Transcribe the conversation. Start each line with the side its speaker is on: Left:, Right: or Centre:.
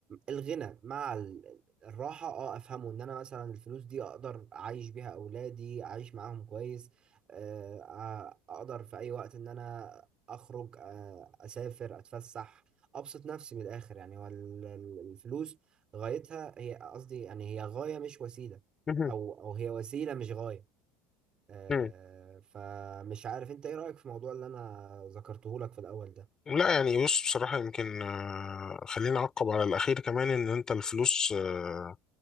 Right: الغنى مع ال- الراحة اه افهمه ان انا مثلا الفلوس دي اقدر اعيش بيها اولادي اعيش معاهم كويس آه آه، اقدر في اي وقت ان انا اخرج آه اسافر اتفسح ابسط نفسي من الاخر يعني هو ال- ال- الفلوس غايتها هي قصدي يعني هي غاية مش وسيلة
Left: مهم.
Right: او او هي وسيلة مش غاية آه،
Left: مهم.
Right: فمش عارف انت ايه رأيك في الموضوع اللي انا ذكرته لك في الاول ده
Left: لا يعني بص بصراحة يمكن آه، خليني أعقب على الأخير كمان إن أنت الفلوس آه،